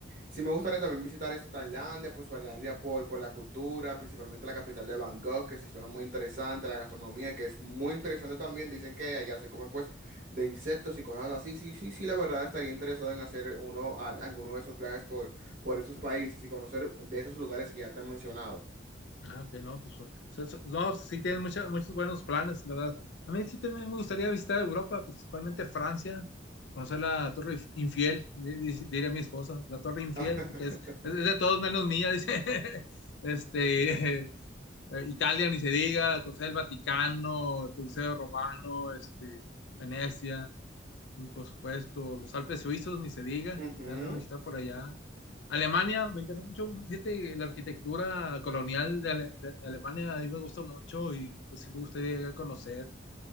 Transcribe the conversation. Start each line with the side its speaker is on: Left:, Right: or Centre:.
Right: Sí, me gustaría también visitar esta Tailandia, pues Tailandia por, por la cultura, principalmente la capital de Bangkok, que sí suena muy interesante, la gastronomía, que es muy interesante también, dicen que allá se comen pues de insectos y cosas así, sí, sí, sí, la verdad estaría interesado en hacer uno, al- alguno de esos viajes por, por esos países y conocer de esos lugares que ya te he mencionado.
Left: Ah, ok, no, pues, so- so- no, pues, sí tienen mucha- muchos buenos planes, la verdad. A mí sí también me gustaría visitar Europa, principalmente Francia, conocer la Torre Inf- Infiel, di- di- diría mi esposa, la Torre Infiel,
Right: <laughs>
Left: porque es, es- es de todos menos mía, <laughs> dice. Este, eh, Italia, ni se diga, conocer el Vaticano, el Coliseo Romano, este, Venecia. Mm, Por supuesto, los Alpes suizos, ni se diga,
Right: Ujú.
Left: darle una visita por allá. Alemania, me interesa mucho, mm, fíjate, la arquitectura colonial de, Ale- de Alemania a mí me gusta mucho y pues, sí me gustaría llegar a conocer.